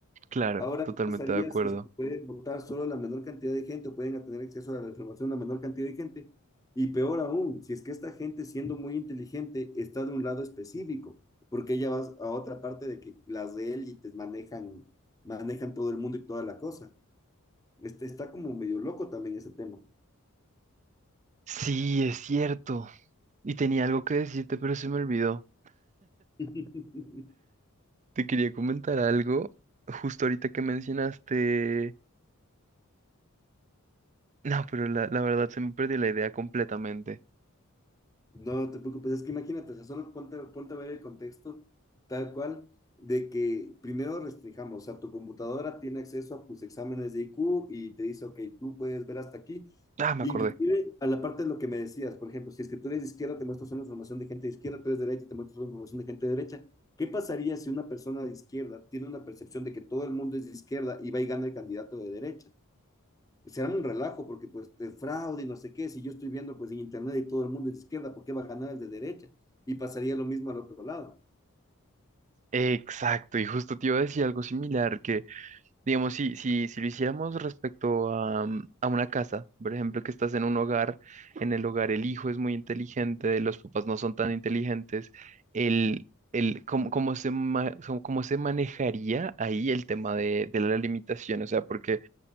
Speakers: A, on the right; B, on the left.
A: claro,
B: Ahora,
A: totalmente
B: ¿qué pasaría
A: de acuerdo.
B: si se puede votar solo la menor cantidad de gente o pueden tener acceso a la información la menor cantidad de gente? Y peor aún, si es que esta gente, siendo muy inteligente, está de un lado específico, porque ella va a otra parte de que las de élites manejan, manejan todo el mundo y toda la cosa. Este, está como medio loco también ese tema.
A: Sí, es cierto. Y tenía algo que decirte, pero se me olvidó.
B: <laughs>
A: Te quería comentar algo justo ahorita que mencionaste. No, pero la, la verdad se me perdió la idea completamente.
B: No te preocupes, es que imagínate, o sea, solo ponte, ponte a ver el contexto tal cual de que primero restringamos, o sea, tu computadora tiene acceso a tus exámenes de IQ y te dice, ok, tú puedes ver hasta aquí.
A: Ah, me
B: Inclusive
A: acordé.
B: a la parte de lo que me decías, por ejemplo, si es que tú eres de izquierda, te muestra solo información de gente de izquierda, tú eres de derecha, te muestra solo información de gente de derecha. ¿Qué pasaría si una persona de izquierda tiene una percepción de que todo el mundo es de izquierda y va y gana el candidato de derecha? será un relajo porque pues de fraude y no sé qué, si yo estoy viendo pues en internet y todo el mundo es de izquierda, ¿por qué va a ganar el de derecha? Y pasaría lo mismo al otro lado.
A: Exacto, y justo te iba a decir algo similar, que Digamos, si, si, si lo hiciéramos respecto a, mm, a una casa, por ejemplo, que estás en un hogar, en el hogar el hijo es muy inteligente, los papás no son tan inteligentes, el, el, ¿cómo, cómo se, ma- cómo se manejaría ahí el tema de, de la limitación? O sea, porque